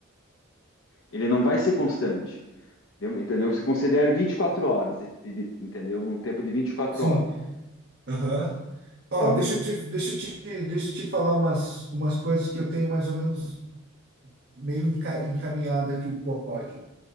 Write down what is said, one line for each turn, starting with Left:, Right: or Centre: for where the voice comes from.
Left: ele não vai ser constante. Deu- Entendeu? Você considera 24 horas, e- e- entendeu? Um tempo de vinte e quatro
Right: sim,
Left: horas.
Right: aham. Ó,
Left: Então,
Right: deixa
Left: de-
Right: eu te, deixa eu te, deixa eu te falar umas, umas coisas que eu tenho mais ou menos meio enca- encaminhado aqui o código.